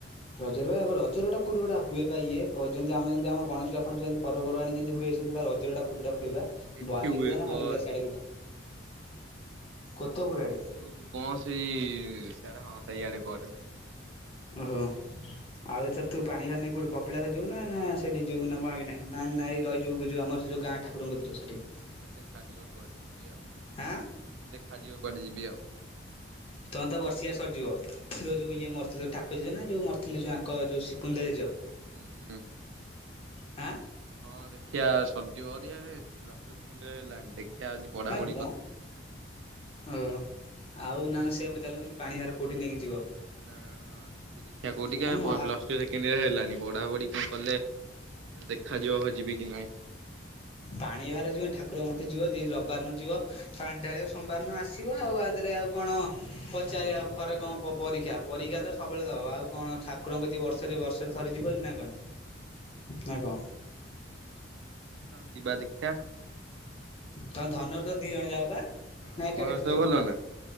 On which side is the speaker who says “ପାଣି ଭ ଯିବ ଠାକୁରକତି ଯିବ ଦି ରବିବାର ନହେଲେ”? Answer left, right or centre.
Left